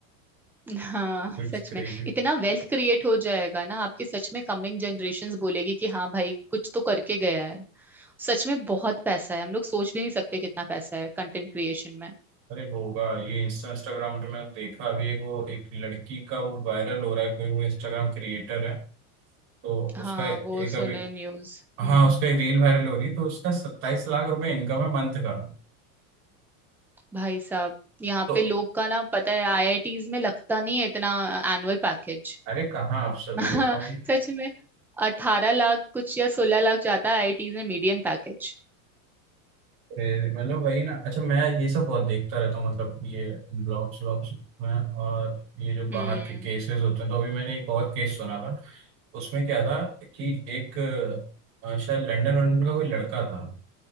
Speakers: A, in the centre; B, on the right (about 30°).
A: हाँ
B: कुछ
A: सच
B: क्रेजी
A: में इतना वेल्थ क्रिएट हो जाएगा ना आपके सच में कमिंग जनरेशंस बोलेगी कि हाँ भाई कुछ तो करके गया है सच में बहुत पैसा है हम लोग सोच भी नहीं सकते कितना पैसा है कंटेंट क्रिएशन में
B: अरे होगा ये इंस्टा इंस्टाग्राम पे मैंने देखा अभी एक वो एक लड़की का वो वायरल हो रहा है कोई वो इंस्टाग्राम क्रिएटर है तो उसका
A: हाँ वो
B: एक
A: सुने
B: अभी
A: न्यूज
B: हाँ
A: हम्म
B: उसका एक रील वायरल हो रही है तो उसका सत्ताईस लाख रुपए इनकम है मंथ का
A: भाई साहब यहाँ
B: तो
A: पे लोग का ना पता है आईआईटीज में लगता नहीं है इतना एनुअल पैकेज
B: अरे कहाँ आप सब
A: <laughs>
B: ये भाई
A: सच में अठारह लाख कुछ या सोलह लाख जाता है आईआईटीज में मीडियन पैकेज
B: अरे, मतलब वही ना अच्छा मैं ये सब बहुत देखता रहता हूँ मतलब ये ब्लॉग्स व्लॉग्स में और ये जो बाहर
A: हम्म
B: के केसेस होते हैं तो अभी मैंने एक और केस सुना था उसमें क्या था कि एक अ, शायद लंदन वंदन का कोई लड़का था